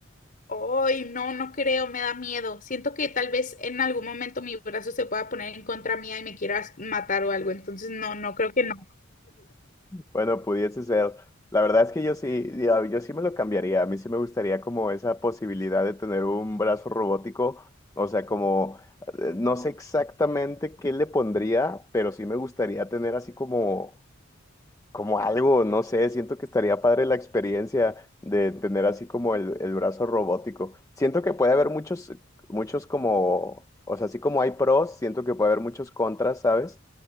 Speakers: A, on the left; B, on the left.
A: Ay, no, no creo, me da miedo. Siento que tal vez en algún momento mi brazo se pueda poner en contra mía y me quieras matar o algo, entonces no, no creo que no.
B: Bueno, pudiese ser. La verdad es que yo sí, yo, yo sí me lo cambiaría. A mí sí me gustaría como esa posibilidad de tener un brazo robótico. O sea, como, eh, no sé exactamente qué le pondría, pero sí me gustaría tener así como, como algo, no sé, siento que estaría padre la experiencia de tener así como el, el brazo robótico. Siento que puede haber muchos, muchos como, o sea, así como hay pros, siento que puede haber muchos contras, ¿sabes?